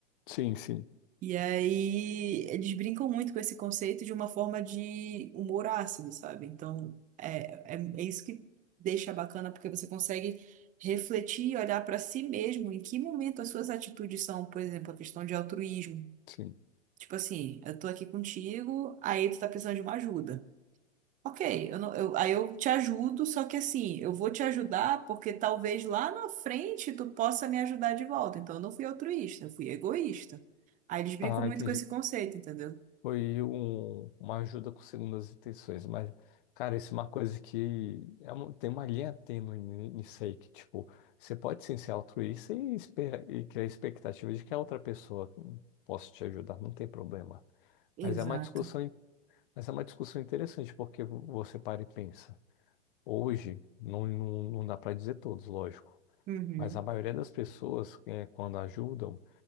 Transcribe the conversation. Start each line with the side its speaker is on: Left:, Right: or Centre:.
Left: sim, sim,
Right: E aí eles brincam muito com esse conceito de uma forma de humor ácido, sabe? Então é, é, é isso que deixa bacana, porque você consegue refletir e olhar para si mesmo em que momento as suas atitudes são, por exemplo, a questão de altruísmo.
Left: sim.
Right: Tipo assim, eu tô aqui contigo, aí tu tá precisando de uma ajuda. Ok, eu não- eu- aí eu te ajudo, só que assim, eu vou te ajudar porque talvez lá na frente tu possa me ajudar de volta. Então eu não fui altruísta, eu fui egoísta. Aí eles brincam
Left: Ah,
Right: muito
Left: entendi.
Right: com esse conceito, entendeu?
Left: foi um- uma ajuda com segundas intenções, mas, cara, isso é uma coisa que é uma- tem uma linha tênue ni- nisso aí, que, tipo, você pode sim ser altruísta e, espera, e criar expectativa de que a outra pessoa possa te ajudar, não tem problema.
Right: Exato.
Left: Mas é uma discussão, in- mas é uma discussão interessante, porque vo- você para e pensa. Hoje, não, não, não dá para dizer todos, lógico,
Right: Uhum,
Left: mas a maioria das pessoas, eh, quando ajudam,